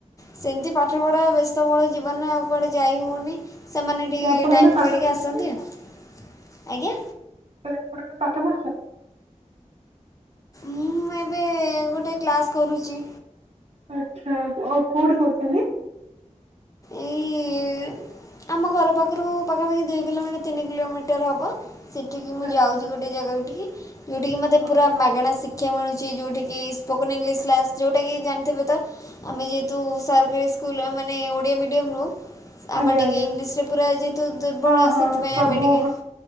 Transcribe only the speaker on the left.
ସେମିତି ପାଠପଢ଼ା ବ୍ୟସ୍ତବଉଳ ଜୀବନରେ ଆଉ କୁଆଡ଼େ ଯାଇ ହଉନି। ସେମାନେ
ଟିକେ
ଟାଇମ୍
କାଢ଼ିକି
ଆସନ୍ତି ଆଉ, ଆଜ୍ଞା।
ମୁଁ ଏବେ ଗୋଟେ କ୍ଲାସ୍ କରୁଚି।
ଏଇ ଆମ ଘର ପାଖରୁ ପାଖାପାଖି ଦୁଇ କିଲୋମିଟର ତିନି କିଲୋମିଟର ହବ। ସେଠିକି
ମୁଁ ଯାଉଛି
ଗୋଟଏ ଜାଗାଠିକି ଯେଉଠିକି ମୋତେ
ପୁର ମାଗଣା ଶିଖ ସିକ୍ଷା ମିଳୁଛି ଯୋଉଠିକି ସ୍ପୋକନ ଇଂଲିଶ କ୍ଲାସ୍ ଯୋଉଟାକି ଜାଣିଥିବେ ତ। ଆମେ ଯେହେତୁ ସରକାରୀ ସ୍କୁଲ ମାନେ ଓଡ଼ିଆ ମିଡ଼ିୟମରୁ ଆମେ
ଟିକେ
ଇଂଲିଶରେ ପୁରା ଯେହେତୁ ଦୁର୍ବଳ
ସେଥିପାଇଁ
ଆମେ ଟିକେ,